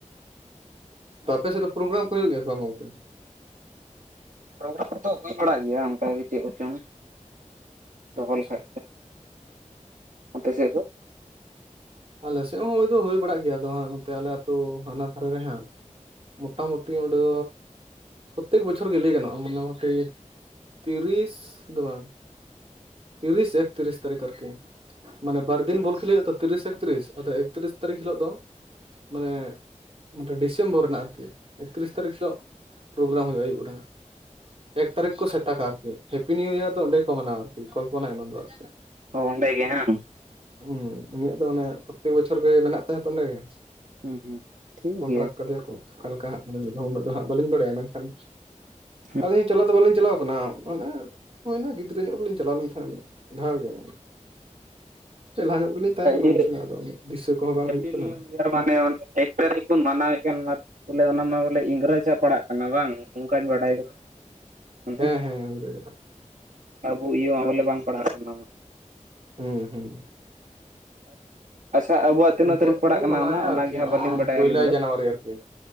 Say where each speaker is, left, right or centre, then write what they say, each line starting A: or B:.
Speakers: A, on the right; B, on the right.
A: ᱟᱯᱮ ᱥᱮᱫ ᱫᱚ ᱯᱨᱳᱜᱨᱟᱢ ᱠᱚ ᱦᱩᱭᱩᱜ ᱜᱮᱭᱟ ᱥᱮ ᱵᱟᱝ ᱜᱚᱝᱠᱮ?
B: ᱯᱨᱨᱟᱢ ᱠᱚᱫᱚ ᱦᱩᱭ ᱵᱟᱲᱟᱜ ᱜᱮᱭᱟ ᱚᱱᱠᱟᱜ ᱜᱮ ᱪᱮᱫ ᱦᱚᱪᱚᱝ ᱫᱚᱦᱚ
A: ᱟᱪᱪᱷᱟ
B: ᱞᱮᱠᱷᱟᱡ᱾ ᱟᱯᱮ ᱥᱮᱫ ᱫᱚ?
A: ᱟᱞᱮᱥᱮᱫ ᱦᱚᱸ ᱦᱳᱭ ᱫᱚ ᱦᱩᱭ ᱵᱟᱲᱟᱜ ᱜᱮᱭᱟ ᱱᱚᱛᱮ ᱟᱞᱮ ᱟᱹᱛᱩ ᱦᱟᱱᱟ ᱫᱷᱟᱨ ᱨᱮᱦᱟᱸᱜ᱾ ᱢᱩᱴᱟ ᱢᱩᱴᱤ ᱚᱰᱮ ᱫᱚ ᱯᱨᱚᱛᱮᱠ ᱵᱚᱪᱷᱚᱨ ᱜᱮ ᱞᱟᱹᱭ ᱜᱟᱱᱚᱜᱼᱟ ᱢᱚᱴᱟ ᱢᱩᱴᱤ ᱛᱤᱨᱤᱥ ᱫᱚ ᱵᱟᱝ ᱛᱤᱨᱤᱥ ᱮᱠᱛᱤᱨᱤᱥ ᱛᱟᱨᱤᱠᱷ ᱟᱨᱠᱤ ᱢᱟᱱᱮ ᱵᱟᱨ
B: ᱠᱷᱟᱹᱛᱤᱨ
A: ᱫᱤᱱ ᱵᱚᱞ ᱠᱷᱮᱞᱳ ᱦᱩᱭᱩᱜᱼᱟ ᱛᱚ ᱛᱤᱨᱤᱥ ᱮᱠᱛᱨᱤᱥ ᱟᱫᱚ ᱮᱠᱛᱤᱨᱤᱥ ᱛᱟᱨᱤᱠᱷ ᱦᱤᱞᱳᱜ ᱫᱚ ᱢᱟᱱᱮ ᱰᱤᱥᱮᱢᱵᱚᱨ ᱨᱮᱱᱟᱜ ᱟᱨᱠᱤ ᱮᱠᱛᱨᱤᱥ ᱛᱟᱹᱨᱤᱠᱷ ᱦᱤᱞᱚᱜ ᱯᱨᱳᱜᱨᱟᱢ ᱦᱩᱭᱩᱜᱼᱟ ᱟᱭᱭᱩᱵ ᱵᱮᱲᱟ ᱦᱟᱸᱜ᱾ ᱮᱠ ᱛᱟᱹᱨᱤᱠᱷ ᱠᱚ ᱥᱮᱛᱟᱟᱜᱼᱟ ᱟᱨᱠᱤ ᱦᱮᱯᱤ ᱱᱤᱭᱩ ᱤᱭᱟᱨ ᱫᱚ ᱚᱸᱰᱮ ᱠᱚ ᱢᱟᱱᱟᱣᱟ ᱟᱨᱠᱤ ᱠᱚᱞᱯᱚᱱᱟ ᱮᱢᱟᱱ ᱫᱚ ᱟᱨᱠᱤ᱾
B: ᱚ ᱚᱸᱰᱮ ᱜᱮ ᱦᱟᱝᱜ
A: ᱩᱸ ᱩᱱᱤᱭᱟᱜ ᱫᱚ ᱢᱟᱱᱮ ᱯᱨᱚᱛᱮᱠ ᱵᱚᱪᱷᱚᱨ ᱜᱮ ᱢᱮᱱᱟᱜ ᱛᱟᱭᱟ ᱛᱚ ᱚᱸᱰᱮ ᱜᱮ᱾
B: ᱦᱩᱸ ᱦᱩᱸ ᱴᱷᱤᱠ
A: ᱠᱚᱱᱴᱨᱟᱠᱴ
B: ᱜᱮᱭᱟ
A: ᱠᱟᱫᱮᱭᱟᱠᱚ ᱚᱠᱟ ᱞᱮᱠᱟ ᱦᱜ ᱩᱱᱟᱹᱜ ᱫᱚ ᱦᱟᱸᱜ ᱵᱟᱹᱞᱤᱧ ᱵᱟᱲᱟᱭᱟ ᱢᱮᱱᱠᱷᱟᱱ
B: ᱦᱩᱸ
A: ᱟᱹᱞᱤᱧ ᱦᱚ ᱪᱟᱞᱟᱣ ᱫᱚ ᱵᱟᱹᱞᱤᱧ ᱪᱟᱞᱟᱣ ᱠᱟᱱᱟ ᱢᱟᱱᱮ ᱦᱩᱭᱱᱟ ᱜᱤᱫᱽᱨᱟᱹ ᱧᱚᱜ ᱨᱮ ᱞᱤᱧ ᱪᱟᱞᱟᱣ ᱞᱮᱱ ᱛᱟᱦᱮᱸᱫ ᱢᱤᱫ ᱫᱷᱟᱣ ᱜᱮ ᱞᱮᱞᱦᱟ ᱧᱚᱜ ᱵᱤᱥᱤ ᱞᱤᱧᱛᱟᱦᱮ ᱠᱟᱱᱟ
B: ᱤᱭᱟᱹ
A: ᱩᱱ ᱥᱩᱢᱚᱭ ᱟᱫᱚ ᱟᱱᱟ. ᱜ ᱫᱤᱥᱟᱹ ᱠᱚ ᱦᱚᱸ ᱵᱟᱝ
B: ᱦᱮᱯᱤ
A: ᱦᱩᱭᱩᱜ ᱠᱟᱱᱟ
B: ᱱᱤᱭᱩ ᱤᱭᱟᱨ ᱨᱮᱭᱟᱜ ᱢᱟᱱᱮ ᱚᱱᱮ ᱮᱠ ᱛᱟᱹᱨᱤᱠᱷ ᱵᱚᱱ ᱢᱟᱱᱟᱣᱮᱜ ᱠᱟᱱ ᱱᱟᱣᱟ ᱵᱚᱞᱮ ᱚᱱᱟ ᱢᱟ ᱵᱚᱞᱮ ᱤᱝᱨᱮᱡᱼᱟᱜ ᱯᱟᱲᱟᱜ ᱠᱟᱱᱟ ᱵᱟᱝ ᱚᱱᱠᱟᱧ ᱵᱟᱰᱟᱭ ᱠᱟᱫᱟ᱾ ᱢᱟᱱᱮ
A: ᱦᱮᱸ ᱦᱮᱸ ᱦᱮ <unintelligible>
B: ᱟᱵᱚ ᱤᱭᱟᱹ ᱵᱚᱞᱮ ᱵᱟᱝ ᱯᱟᱲᱦᱟᱜ ᱠᱟᱱᱟ ᱢᱟ
A: ᱦᱩᱸ ᱦᱩᱸ
B: ᱟᱪᱪᱷᱟ ᱟᱵᱚᱣᱟᱜ ᱛᱤᱱᱟᱹᱜ
A: ᱩᱱᱠᱩᱣᱟᱜ
B: ᱛᱟᱹᱨᱤᱠᱷ ᱯᱟᱲᱟᱜ
A: ᱜᱮᱵᱚᱱ
B: ᱠᱟᱱᱟ
A: ᱢᱟᱱᱟᱣᱮᱫᱼᱟ
B: ᱚᱱᱟ ᱚᱱᱟᱜᱮ
A: ᱟᱨᱠᱤ
B: ᱦᱟᱸᱜ
A: ᱱᱚᱜᱼᱚᱭ
B: ᱵᱟᱹᱞᱤᱧ
A: ᱡᱮᱢᱚᱱ
B: ᱵᱟᱰᱟᱭᱟ
A: ᱯᱚᱭᱞᱟᱭ
B: ᱟᱹᱞᱤᱧ ᱫᱚ
A: ᱡᱟᱱᱩᱣᱟᱨᱤ ᱟᱨᱠᱤ